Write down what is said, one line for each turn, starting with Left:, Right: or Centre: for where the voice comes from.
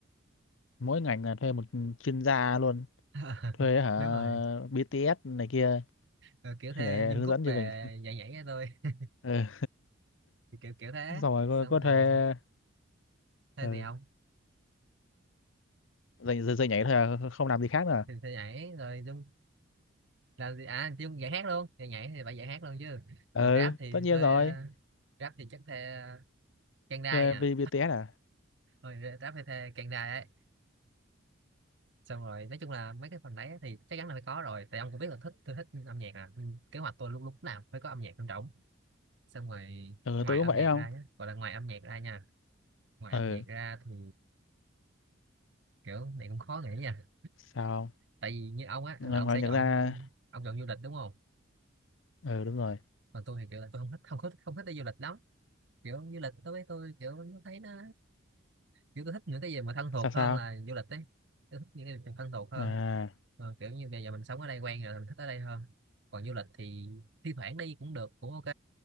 Left: mỗi ngành là thuê một chuyên gia luôn
Right: <laughs>
Left: thuê hả
Right: đúng rồi
Left: BTS này kia
Right: Ờ, kiểu thuê
Left: để
Right: Dung
Left: hướng
Right: Cúc
Left: dẫn
Right: về
Left: cho mình
Right: nhảy nhảy cho tôi
Left: ừ.
Right: kiểu kiểu thế
Left: xong rồi
Right: xong
Left: có, có
Right: rồi
Left: thuê
Right: thuê
Left: ừ.
Right: gì không
Left: dạy, dạy, dạy nhảy thôi à, không làm gì khác nữa à?
Right: thì thuê nhảy rồi Dung làm gì à Dung dạy hát luôn nhảy nhảy thì phải dạy hát luôn chứ
Left: ừ
Right: còn rap thì
Left: tất nhiên
Right: thuê
Left: rồi
Right: rap thì chắc thuê Trang Đai
Left: thuê
Right: nha
Left: vì BTS à
Right: rồi rap thì thuê Trang Đai ấy xong rồi nói chung là mấy cái phần đấy thì chắc chắn là phải có rồi tại ông cũng biết là thích tôi thích âm nhạc à Ừ, kế hoạch tôi lúc lúc nào phải có âm nhạc trong rỗng xong rồi
Left: ừ
Right: ngoài
Left: tôi
Right: âm
Left: cũng vậy
Right: nhạc
Left: không
Right: ra nhé gọi là ngoài âm nhạc ra nha ngoài
Left: ừ
Right: âm nhạc ra thì kiểu này cũng khó nghĩ nha
Left: sao
Right: tại vì như ông á
Left: ngoài,
Right: là ông
Left: ngoài
Right: sẽ
Left: nhạc
Right: chọn
Left: ra
Right: ông chọn du lịch đúng không
Left: ừ đúng rồi
Right: còn tôi thì kiểu là tôi không thích không thích không thích đi du lịch lắm kiểu du lịch đối với tôi kiểu nó thấy nó kiểu tôi thích những cái gì mà thân thuộc
Left: sao sao
Right: hơn là du lịch đấy tôi thích những cái gì thân thuộc hơn
Left: à
Right: Ờ, kiểu như bây giờ mình sống ở đây quen rồi mình thích ở đây hơn còn du lịch thì thi thoảng đi cũng được cũng ok